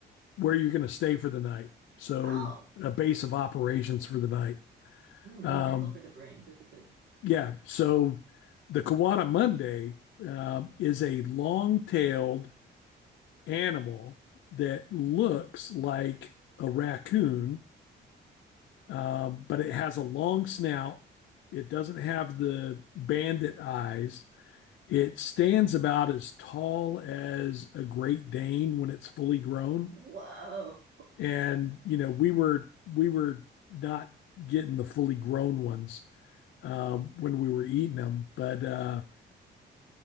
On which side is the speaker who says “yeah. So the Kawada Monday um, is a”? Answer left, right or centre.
Left